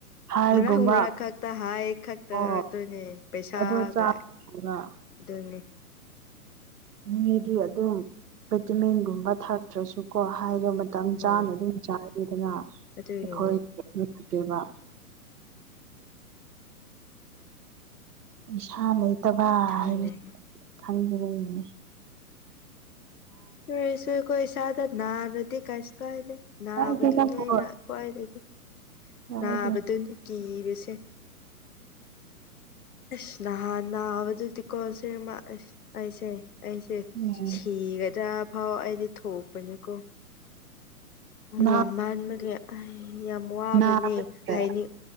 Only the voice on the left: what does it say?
ꯃꯔꯥꯡ ꯃꯔꯥꯡ ꯈꯛꯇ ꯍꯥꯏ ꯈꯛꯇ
ꯑꯗꯨꯣꯏꯅꯦ ꯄꯩꯁꯥꯒ
ꯑꯗꯨꯅꯤ
ꯍꯣꯏ
ꯑꯗꯨꯒꯤꯅꯦ
ꯈꯪꯗꯦ
ꯍꯣꯏꯁꯨ ꯀꯣꯏꯁꯗ ꯅꯔꯗꯤ ꯀꯥꯏꯁ ꯀꯥꯏꯅꯦ ꯅꯥꯕꯗꯨꯅꯤ
ꯑꯩꯅ ꯈ꯭ꯋꯥꯏꯗꯒꯤ
ꯅꯥꯕꯗꯨꯅꯤ ꯀꯤꯕꯁꯦ ꯑꯁ ꯅꯍꯅꯥ ꯑꯕꯗꯨꯗꯤ ꯀꯣꯜꯁꯦ ꯄꯩꯁꯦ ꯑꯩꯁꯦ
ꯁꯤꯒꯗ꯭ꯔꯥ ꯐꯥꯎ ꯑꯩꯗꯤ ꯊꯣꯛꯄꯅꯤꯀꯣ
ꯋꯥ ꯃꯥꯟꯕꯒꯤ ꯌꯥꯝ ꯋꯥꯕꯅꯦ
ꯍꯥꯏꯅꯤ